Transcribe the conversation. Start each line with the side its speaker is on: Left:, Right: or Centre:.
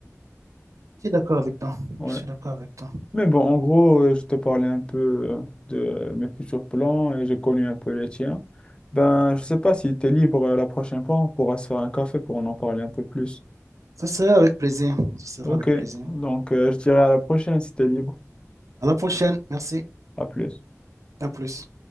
Right: Je suis d'accord avec toi.
Left: Ouais.
Right: Je suis d'accord avec toi.
Left: Mais bon, en gros, euh, je te parlais un peu euh, de mes futurs plans et j'ai connu un peu les tiens. Ben, je sais pas si tu es libre euh, la prochaine fois, on pourra se faire un café pour en en parler un peu plus.
Right: Ce sera avec plaisir. Ce sera
Left: Ok,
Right: avec plaisir.
Left: donc euh, je dirais à la prochaine si tu es libre.
Right: À la prochaine. Merci.
Left: À plus.
Right: À plus.